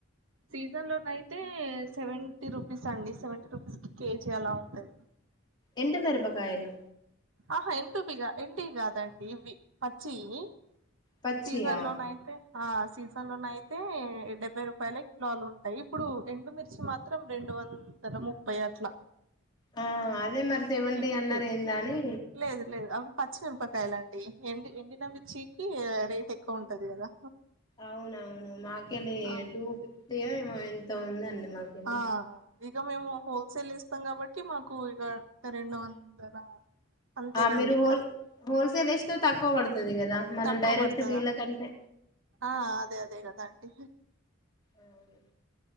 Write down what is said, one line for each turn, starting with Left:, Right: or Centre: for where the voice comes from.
Right: సీజన్ లోనైతే సెవెంటీ రూపీస్ అండి సెవెంటీ రూపీస్ కి కేజీ అలా ఉంటది
Left: ఎండు మిరపకాయలు
Right: ఆహా ఎండువి గా ఎండివి గాదండి ఇవి పచ్చియి
Left: పచ్చియా
Right: సీజన్లోనైతే ఆ సీజన్లోనైతే డెబ్బై రూపాయల కిలోలు ఉంటాయి ఇప్పుడు ఎండుమిర్చి మాత్రం రెండు వందల ముప్పై అట్లా
Left: ఆ అదే మరి సెవెంటీ
Right: కిండకి
Left: అన్నారు ఏందని
Right: లేదు లేదు అవి పచ్చిమిరపకాయలండి ఎండి ఎండినమిచ్చికి రేట్ ఎక్కువ ఉంటది కదా
Left: అవునవును మాకెళ్ళి
Right: ఆ
Left: టూ ఫిఫ్టీయో ఏమో ఎంతో ఉందండి మాకెళ్ళి
Right: ఆ ఇగ మేము హోల్సేల్ ఇస్తాం కాబట్టి మాకు ఇక రెండు వందల అంతేనండింకా
Left: ఆ మీరు హోల్ హోల్సేల్ యేసినా తక్కువ పడతది కదా మనం
Right: తక్కువ
Left: డైరెక్ట్
Right: పడుతదా
Left: వీళ్ళ కంటే
Right: ఆ అదే అదే కదా అండి
Left: అవును